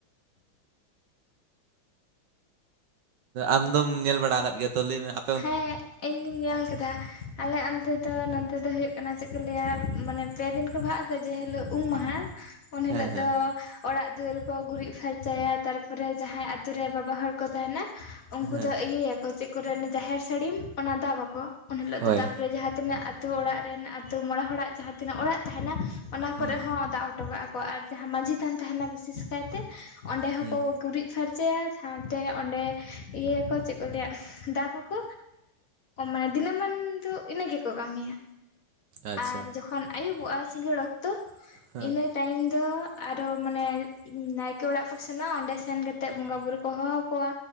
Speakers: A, on the right (about 65°); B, on the left (about 50°).
A: ᱟᱢᱫᱚᱢ ᱧᱮᱞ ᱵᱟᱲᱟ ᱟᱠᱟᱫ ᱜᱮᱭᱟ ᱛᱚ ᱞᱟᱹᱭ ᱢᱮ ᱟᱯ?
B: ᱦᱮᱸ ᱤᱧᱤᱧ ᱧᱮᱞ ᱠᱮᱫᱟ ᱟᱞᱮ ᱟᱱᱛᱩ ᱫᱚ ᱱᱚᱛᱮ ᱫᱚ ᱦᱩᱭᱩᱜ ᱠᱟᱱᱟ ᱪᱮᱫ ᱠᱚ ᱞᱟᱹᱭᱟ ᱢᱟᱱᱮ ᱯᱮ ᱫᱤᱱ ᱠᱚ ᱵᱟᱦᱟᱜ ᱟᱫᱚ ᱡᱮ ᱦᱤᱞᱳᱜ ᱩᱢ ᱢᱟᱦᱟ ᱩᱱ ᱦᱤᱞᱳᱜ
A: ᱦᱮᱸ ᱦᱮᱸ
B: ᱫᱚ ᱚᱲᱟᱜ ᱫᱩᱣᱟᱹᱨᱠᱚ ᱜᱩᱨᱤᱡ ᱯᱷᱟᱨᱪᱟᱭᱟ ᱛᱟᱨᱯᱚᱨᱮ ᱡᱟᱦᱟᱸᱟᱸᱟᱭ ᱟᱛᱳ ᱨᱮ ᱵᱟᱵᱟ ᱦᱚᱲ ᱠᱚ ᱛᱟᱦᱮᱱᱟ᱾ ᱩᱱᱠᱩ
A: ᱦᱮᱸ
B: ᱫᱚ ᱤᱭᱟᱹᱭᱟᱠᱚ ᱪᱮᱫ ᱠᱚᱨᱮ ᱡᱟᱦᱮᱨ ᱥᱟᱹᱲᱤᱢ ᱚᱱᱟ ᱫᱟᱵ ᱟᱠᱚ ᱩᱱᱦᱤᱞᱚᱜ
A: ᱦᱳᱭ
B: ᱫᱚ ᱛᱟᱯᱚᱨᱮ ᱡᱟᱦᱟᱸᱛᱤᱱᱟᱹᱜ ᱟᱛᱳ ᱚᱲᱟᱜ ᱨᱮᱱ ᱟᱛᱳ ᱢᱚᱬᱮ ᱦᱚᱲᱟᱜ ᱡᱟᱦᱟᱸ ᱛᱤᱱᱟᱹᱜ ᱚᱲᱟᱜ ᱛᱟᱦᱮᱱᱟ ᱚᱱᱟ
A: ᱦᱩᱸ
B: ᱠᱚᱨᱮ ᱦᱚᱸ ᱫᱟᱜ ᱚᱴᱚᱠ ᱠᱟᱜᱼᱟ᱾ ᱟᱨ ᱡᱟᱦᱟᱸ ᱢᱟᱟᱹᱡᱷᱤ ᱛᱷᱟᱱ ᱛᱟᱦᱮᱱᱟ ᱵᱤᱥᱮᱥ ᱠᱟᱭᱛᱮ ᱚᱸᱰᱮ ᱦᱚᱸᱠᱚ
A: ᱦᱩᱸ
B: ᱜᱩᱨᱤᱡᱽ ᱯᱷᱟᱨᱪᱟᱭᱟ ᱥᱟᱶᱛᱮ ᱚᱸᱰᱮ ᱤᱭᱟᱹᱭᱟᱠᱚ ᱪᱮᱫ ᱠᱚ ᱞᱟᱹᱭᱟ ᱫᱟᱵ ᱟ ᱠᱚ ᱢᱟᱱᱮ ᱫᱤᱱᱟᱹᱢᱟᱱ ᱫᱚ ᱤᱱᱟᱹ ᱜᱮᱠᱚ ᱠᱟᱹᱢᱤᱭᱟ᱾
A: ᱟᱪᱪᱷᱟ
B: ᱟᱨ ᱡᱚᱠᱷᱚᱱ ᱟᱹᱭᱩᱵᱚᱜᱼᱟ ᱥᱤᱸᱜᱟᱹᱲ ᱚᱠᱛᱚ
A: ᱦᱮᱸ
B: ᱤᱱᱟᱹ ᱴᱟᱭᱤᱢ ᱫᱚ ᱟᱨᱚ ᱢᱟᱱᱮ ᱱᱟᱹᱭᱠᱮ ᱚᱲᱟᱜ ᱠᱚ ᱥᱮᱱᱚᱜ ᱚᱸᱰᱮ ᱥᱮᱱ ᱠᱟᱛᱮᱜ ᱵᱚᱸᱜᱟ ᱵᱩᱨᱩ ᱠᱚ ᱦᱚᱦᱚ ᱟᱠᱚᱣᱟ᱾